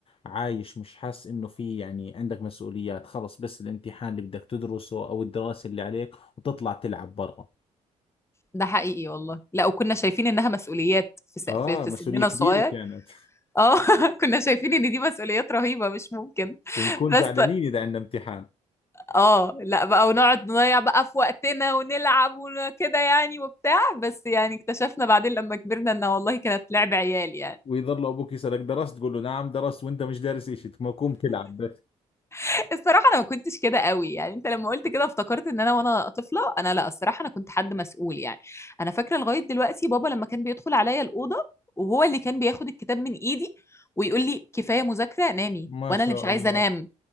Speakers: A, on the left; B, on the left.
A: عايش مش حاسس انه في يعني عندك مسؤوليات خلص بس الامتحان اللي بدك تدرسه او الدراسة اللي عليك وتطلع تلعب برا
B: ده حقيقي والله لا وكنا شايفين انها مسؤوليات في س...
A: اه
B: في في
A: مسؤولية
B: سننا
A: كبيرة
B: الصغير
A: كانت
B: اه <laughs> كنا شايفين ان دي مسؤوليات رهيبة مش ممكن
A: ونكون زعلانين
B: بس
A: إذا عندنا امتحان
B: اه لا بقى ونقعد نضيع بقى في وقتنا ونلعب وكده يعني وبتاع بس يعني اكتشفنا بعدين لما كبرنا ان والله كانت لعب عيال يعني
A: ويظل أبوك يسألك درست تقول له نعم درست وأنت مش دارس إشي تقوم تلعب بس
B: <laughs> الصراحة انا ما كنتش كده قوي يعني انت لما قلت كده افتكرت ان انا وانا طفلة انا لا الصراحة انا كنت حد مسؤول يعني انا فاكرة لغاية دلوقتي بابا لما كان بيدخل عليا الأوضة وهو اللي كان بياخد الكتاب من ايدي ويقول لي كفاية مذاكرة نامي
A: ما
B: وانا
A: شاء
B: اللي مش عايزة
A: الله
B: انام